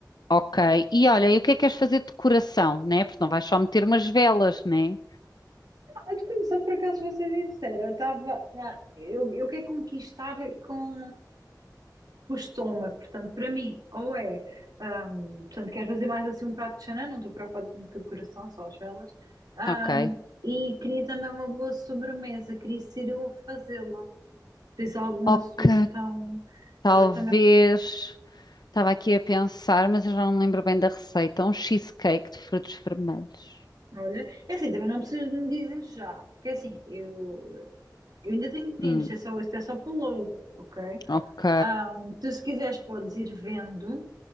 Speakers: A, on the left (about 70°); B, on the right (about 65°).
A: Ok. E olha, e o que é que queres fazer de decoração, né? Porque não vais só meter umas velas, né?
B: A de condução, por acaso, vou ser sincera, estava. Ah, eu, eu quero conquistar com o estômago, portanto, para mim, ou é. ahm, portanto, quero fazer mais assim um prato de chanã, não estou preocupada tanto com a decoração, só as velas. Ahm,
A: Ok.
B: e queria também uma boa sobremesa, queria ser eu a fazê-la. Tens alguma
A: Ok.
B: sugestão
A: Talvez.
B: ah, também?
A: Estava aqui a pensar, mas eu já não me lembro bem da receita. Um cheesecake de frutos vermelhos.
B: Olha, é assim, também não precisas de me dizer já, porque é assim, eu, eu ainda tenho tempo,
A: Hum,
B: isto é só, isto é só para logo, ok?
A: ok.
B: Ahm, tu, se quiseres, podes ir vendo.